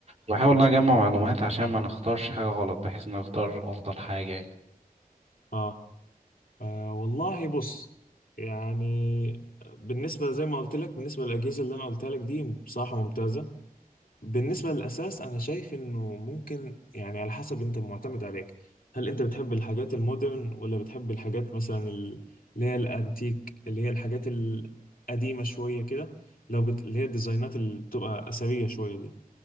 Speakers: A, on the right; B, on the left.
A: بحاول ان انا اجمع معلومات عشان ما نختارش حاجه غلط بحيث ان نختار افضل حاجه يعني
B: اه آه والله بص يعني بالنسبة زي ما قلت لك بالنسبة للأجهزة اللي أنا قلتها لك دي بصراحة ممتازة بالنسبة للأساس أنا شايف إنه ممكن يعني على حسب أنت معتمد عليك هل أنت بتحب الحاجات المودرن ولا بتحب الحاجات مثلا ال- اللي هي الأنتيك اللي هي الحاجات القديمة شوية كده لو بت... اللي هي الديزاينات اللي بتبقى أثرية شوية دي